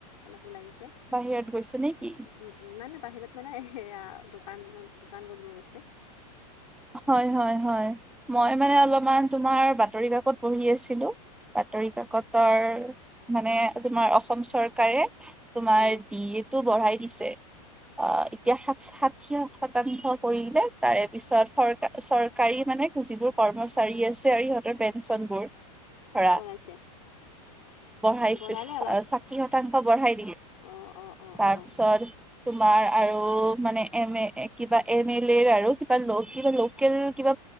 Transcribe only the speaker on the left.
অলপ ওলাই গৈছে
উম উম নাই নাই বাহিৰত মানে সেয়া দোকান দোকান কৰিব গৈছে।
অ
বনাইছে
বনালে অলপ
অ অ অ
অ